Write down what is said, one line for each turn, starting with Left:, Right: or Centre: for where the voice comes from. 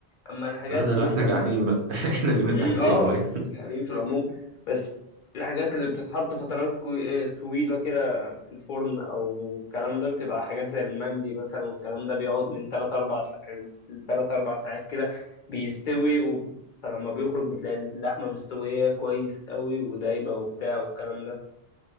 Left: اما الحاجات
Right: اه ده لو
Left: مثلا
Right: احنا جعانين بقى <laughs> احنا اللي بنفتح
Left: مم،
Right: الفرن
Left: اه
Right: وايه
Left: جعانين في العموم بس الحاجات اللي بتتحط فترات كوي... آه، طويلة كده في الفرن أو الكلام ده بتبقى حاجات زي المندي مثلا والكلام ده بيقعد من تلات أربع ساعات من تلات أربع ساعات كده بيستوي و... فلما بيخرج بتلاقي اللحمة مستوية كويس قوي ودايبة وبتاع والكلام ده